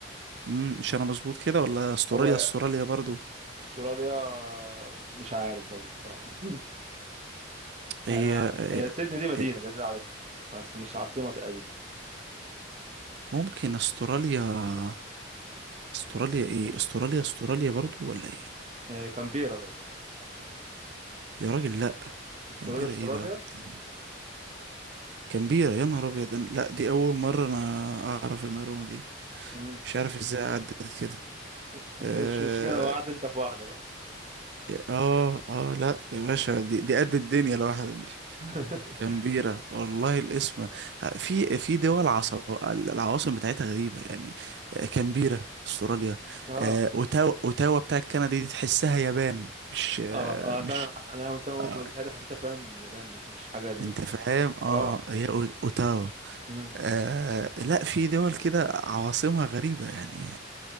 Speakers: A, on the right; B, on the right.
A: مم، مش انا مظبوط كده ولا استراليا
B: هو
A: استراليا برضو
B: استراليا مش عارف برضه بصراحة <laughs>
A: هي
B: انا
A: آه،
B: هي سيدني دي مدينة
A: آه،
B: ده اللي أنا عارفها بس مش عاصمة تقريبا
A: ممكن استراليا استراليا ايه
B: كان-
A: استراليا استراليا برضو ولا ايه
B: آه، كامبيرا باين
A: يا راجل لا
B: استراليا
A: كامبيرا
B: استراليا
A: ايه بقى وبتاع. كان بيرة يا نهار أبيض أنا- لا دي أول مرة أنا أعرف المعلومة دي
B: مم.
A: مش عارف إزاي عدت كده
B: <laughs>
A: آه
B: مش مش كده وقعت انت في واحدة بقى
A: آه آه لا يا باشا دي دي قد الدنيا لوحدها دي
B: <laughs>
A: كان بيرة والله الاسم آه، في في دول عصب العواصم بتاعتها غريبة يعني آه، كامبيرا استراليا
B: <coughs> اه
A: آه، اوتاوا اوتاوا بتاع كندا دي تحسها يابان مش آه،
B: اه اه
A: مش
B: فعلا ح- انا وانت اول
A: آه،
B: ما قلتها لي حسيتها فعلا من اليابان مش مش حاجه دي
A: انت فاهم اه
B: اه
A: هي أو- اوتاوا
B: امم
A: آه لا في دول كده عواصمها غريبة يعني